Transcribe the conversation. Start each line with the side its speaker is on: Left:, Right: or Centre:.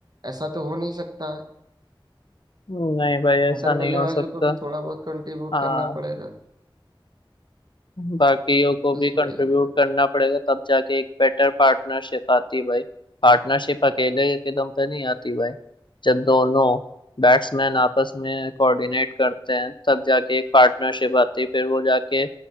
Right: ऐसा तो हो नहीं सकता है।
Left: नहीं भाई ऐसा
Right: अदर
Left: नहीं
Right: बल्लेबाजों
Left: हो सकता
Right: को भी थोड़ा बहुत कंट्रीब्यूट
Left: हाँ
Right: करना पड़ेगा
Left: बाकियों को
Right: बस
Left: भी कंट्रीब्यूट
Right: वही है
Left: करना पड़ेगा तब जाके एक बेटर पार्टनरशिप आती है भाई पार्टनरशिप अकेले के दम पे नहीं आती भाई जब दोनों बैट्समैन आपस में कोऑर्डिनेट करते हैं तब जाके एक पार्टनरशिप आती है फिर वो जाके